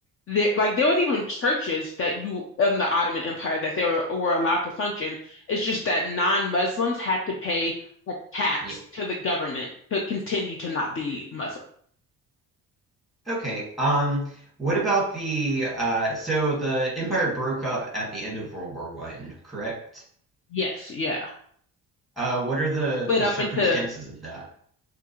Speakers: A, on the left; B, in the centre.
A: there, like there was even churches that you in the Ottoman Empire that they were, were allowed to function. It's just that non-Muslims had to pay a tax
B: Yeah.
A: to the government to continue to not be Muslim.
B: Okay. Um, what about the uh so the empire broke up at the end of World War One, correct?
A: Yes, yeah.
B: Uh, what are the
A: Split
B: the
A: up
B: circumstances
A: into
B: of that?